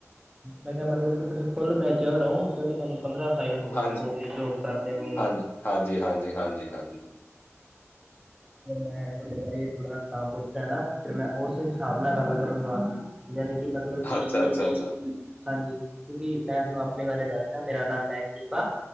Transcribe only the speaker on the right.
ਮੈਂ ਕਿਹਾ ਮਤਲਬ ਵੀ ਤੁਸੀਂ ਫੁੱਲ ਮੈਚਓਰ ਹੋ, ਪੰਦਰਾਂ ਸਾਲ
ਹੋਗੇ ਜੋਬ ਕਰਦੇ ਨੂੰ,
ਮੈਂ ਤੁਹਾਡੇ ਬਾਰੇ ਥੋੜਾ ਤਾਂ ਪੁੱਛ ਰਿਹਾ ਹਾ ਫਿਰ ਮੈਂ ਉਸ ਹਿਸਾਬ ਨਾਲ ਗੱਲ ਕਰੂੰਗਾ। ਜਾਣੀ ਕਿ ਮਤਲਬ ਕਿ
ਮੇਰੇ
ਹਾਂਜੀ ਕਿਉਂਕਿ ਮੈਂ ਤੁਹਾਨੂੰ ਆਪ ਆਪਣੇ ਬਾਰੇ ਦੱਸਦਾ ਮੇਰਾ ਨਾਮ ਮਹਿਕਦੀਪ ਆ